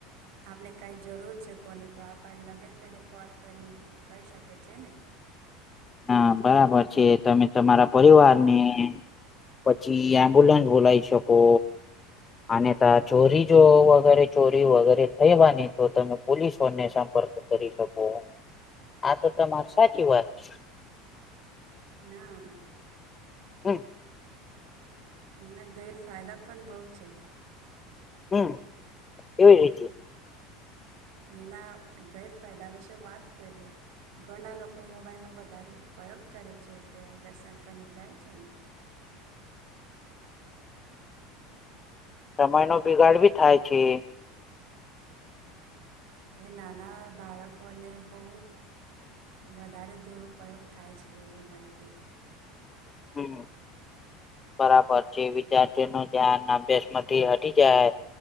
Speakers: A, on the right; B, on the left.
A: આપને કાંઈ જરૂર છે કોની તો આપણ લગે જ તેને કોલ કરીન. કહી શકે છે ને.
B: હા બરાબર છે તમે તમારા પરિવાર ને, પછી એમ્બ્યુલન્સ બોલાઇ શકો. આને ત ચોરી જો વગરે ચોરી વગરે થઈવાની તો તમે પોલીસોને સંપર્ક. કરી શકો. આ તો તમાર સાચી વાત છે.
A: ના.
B: હમ.
A: એના ગેરફાયદા પણ બઉ છે.
B: હમ, એવી રીતે.
A: એના ગેરફાયદા વિશે વાત કરીએ. ઘણા લોકો મોબાઈલનો વધારે ઉપયોગ કરે છે તે વ્યસન બની જાય છે ને
B: સમયનો બિગાડ ભી થાય છે.
A: એ નાના બાળકોને બહુ વધારે દુરુપયોગ થાય છે એ મોબાઈલથી
B: હમ બરાબર છે વિદ્યાર્થીઓ નું ધ્યાન અભ્યાસ માંથી હટી જાય.